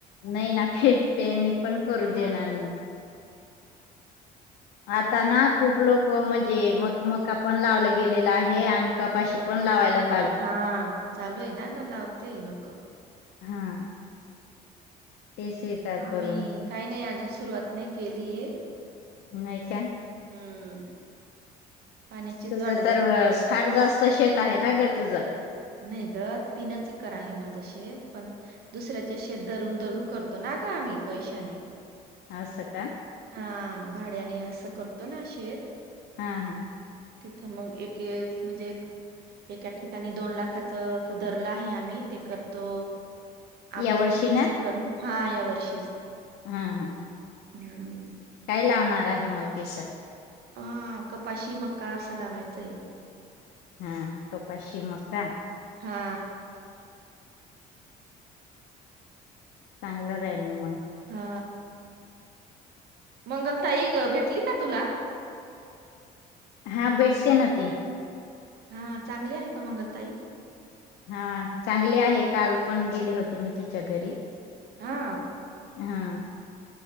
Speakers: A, on the left; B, on the right.
A: नाही ना. पिठ पेरणी पण करू
B: हम्म.
A: देणार नाहीत. आता ना खूप लोकं म्हणजे मग मग मका पण लावला गेलेला आहे आणि कपाशी पण लावाय लागते.
B: हा चालूय ना ग आवते हे लोक
A: हा ते स्वीकार
B: आम्ही
A: करून
B: काही नाय अजून सुरुवात नाही केलीय
A: नाही का
B: हम पाण्याचीच
A: तुझं
B: वाट
A: तर
B: बघतोय
A: अ, फार जास्त शेत आहे
B: <inaudible>
A: ना ग तुझं
B: नाही ग तिनच एकर आहे माझं शेत पण दुसऱ्याच शेत धरून धरुून करतो ना ग आम्ही पैशाने
A: आस का
B: हा भाड्याने असं करतो ना शेत
A: हा हा
B: तिथं मग एक एक म्हणजे एका ठिकाणी दोन लाखाच धरल आहे आम्ही ते करतो आमच्या
A: या वर्षी
B: तीनच
A: ना
B: एकर हा या वर्षीच
A: हा हा
B: हम्म.
A: काय लावणार आहे मग ति <inaudible>
B: अ कपाशी मका असं लावायचं हाय
A: हा कपाशी मका
B: हा
A: चांगलं राहील मग
B: हा मंगलताई ग भेटली का तुला
A: हा भेटते ना ती
B: हा चांगली आहे का मंगलताई
A: हा व चांगली आहे काल पण गेली होती मी तिच्या घरी
B: हा
A: हा